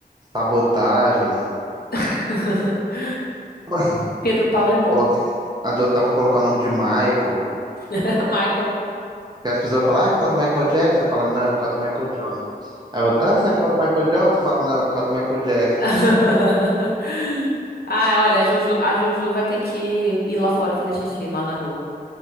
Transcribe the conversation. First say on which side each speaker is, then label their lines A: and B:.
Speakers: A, on the right; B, on the left.
A: Sabotagem.
B: <laughs>
A: <laughs>
B: Pedro Paulo é bom.
A: Coloca- Adotar um, colocar o nome de Michael.
B: <laughs> Michael.
A: Porque as pessoas falam, ah, é por causa do Michael Jackson? Você fala, não, é por causa do Michael Jordan. Aí outra, ah, você é por causa do Michael Jordan? Você fala, não, é por causa do Michael Jackson.
B: <laughs> Ah, olha, a Juju, a Juju vai ter que ir lá fora fazer xixi lá na rua.